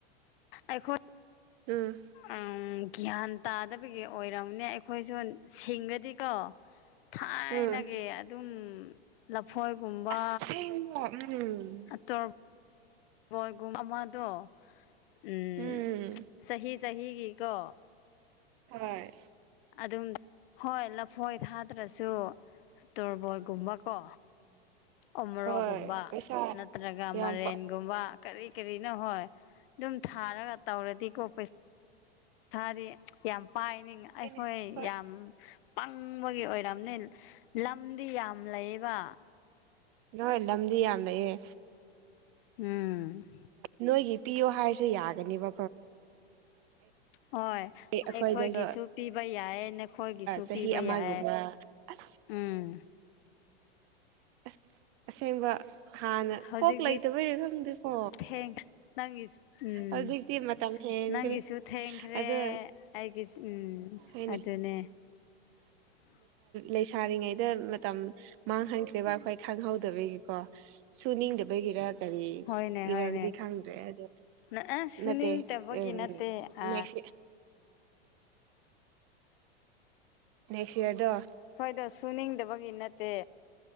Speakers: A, on the left; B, on the right.
A: ꯑꯩꯈꯣꯏ
B: ꯎꯝ
A: ꯎꯝ ꯒ꯭ꯌꯥꯟ ꯇꯥꯗꯕꯒꯤ ꯑꯣꯏꯔꯝꯅꯦ ꯑꯩꯈꯣꯏꯁꯨ ꯁꯤꯡꯔꯗꯤꯀꯣ ꯊꯥꯏꯅꯒꯤ
B: ꯎꯝ
A: ꯑꯗꯨꯝ ꯏꯐꯣꯏꯒꯨꯝꯕ
B: ꯑꯁꯦꯡꯕ ꯎꯝ
A: ꯑꯇ ꯣꯏꯒꯨꯝ ꯃꯃꯥꯗꯣ ꯎ
B: ꯎꯝ
A: ꯆꯍꯤ ꯆꯍꯤꯒꯤꯀꯣ
B: ꯍꯣꯏ
A: ꯑꯗꯨꯝ ꯍꯣꯏ ꯂꯐꯣꯏ ꯊꯥꯗ꯭ꯔꯁꯨ ꯇꯣꯔꯕꯣꯏꯒꯨꯝꯕꯀꯣ ꯑꯃꯔꯣꯒꯨꯝꯕ
B: ꯍꯣꯏ ꯄꯩꯁꯥ
A: ꯅꯠꯇ꯭ꯔꯒ
B: ꯌꯥꯝ
A: ꯃꯔꯦꯟꯒꯨꯝꯕ
B: ꯄꯥ
A: ꯀꯔꯤ ꯀꯔꯤꯅꯣ ꯍꯣꯏ ꯑꯗꯨꯝ ꯊꯥꯔꯒ ꯇꯧꯔꯗꯤꯀꯣ ꯄꯩꯁꯥ ꯁꯥꯗꯤ ꯌꯥꯝ ꯄꯥꯏꯅꯤꯡ ꯑꯩꯈꯣꯏ
B: ꯍꯣꯏꯅꯦ ꯍꯣꯏ
A: ꯌꯥꯝ ꯄꯪꯕꯒꯤ ꯑꯣꯏꯔꯝꯅꯤ ꯂꯝꯗꯤ ꯌꯥꯝ ꯂꯩꯌꯦꯕ
B: ꯍꯣꯏ ꯂꯝꯗꯤ ꯌꯥꯝ ꯂꯩꯍꯦ
A: ꯎꯝ
B: ꯅꯣꯏꯒꯤ ꯄꯤꯌꯣ ꯍꯥꯏꯔꯁꯨ ꯌꯥꯒꯅꯦꯕ
A: ꯍꯣꯏ
B: ꯑꯩꯈꯣꯏꯗꯁꯨ
A: ꯑꯩꯈꯣꯏꯒꯤꯁꯨ ꯄꯤꯕ ꯌꯥꯏꯅ ꯑꯩꯈꯣꯏꯒꯤꯁꯨ
B: ꯆꯍꯤ
A: ꯄꯤꯕ
B: ꯑꯃꯒꯨꯝꯕ
A: ꯌꯥꯏ
B: ꯑꯁ
A: ꯎꯝ
B: ꯑꯁ ꯑꯁꯦꯡꯕ ꯍꯥꯟꯅ
A: ꯍꯧꯖꯤꯛꯇꯤ
B: ꯀꯣꯛ ꯂꯩꯇꯕꯩꯔꯥ ꯈꯪꯗꯦꯀꯣ
A: ꯊꯦꯡ ꯅꯪꯒꯤ ꯎꯝ
B: ꯍꯧꯖꯤꯛꯇꯤ ꯃꯇꯝ ꯍꯦꯟꯈ꯭ꯔꯦ
A: ꯅꯪꯒꯤꯁꯨ ꯊꯦꯡꯈ꯭ꯔꯦ
B: ꯑꯗꯣ
A: ꯑꯩꯒꯤ ꯎꯝ
B: ꯍꯣꯏꯅꯦ
A: ꯑꯗꯨꯅꯦ ꯎ
B: ꯂꯩꯁꯥꯔꯤꯉꯩꯗ ꯃꯇꯝ ꯃꯥꯡꯍꯟꯈ꯭ꯔꯦꯔꯤꯕ ꯑꯩꯈꯣꯏ ꯈꯪꯍꯧꯗꯕꯒꯤꯀꯣ ꯁꯨꯅꯤꯡꯗꯕꯒꯤꯔ ꯀꯔꯤ
A: ꯍꯣꯏꯅꯦ
B: ꯏꯔꯒꯗꯤ
A: ꯍꯣꯏꯅꯦ
B: ꯈꯪꯗ꯭ꯔꯦ ꯑꯗꯣ
A: ꯅ ꯑ ꯁꯨꯅꯤꯡꯗꯕꯒꯤ
B: ꯃꯠꯇꯦ ꯎ
A: ꯅꯠꯇꯦ ꯑ
B: ꯅꯦꯛꯁ ꯅꯦꯛꯁ ꯏꯔꯗꯣ
A: ꯑꯩꯈꯣꯏꯗꯣ ꯁꯨꯅꯤꯡꯗꯕꯒꯤ ꯅꯠꯇꯦ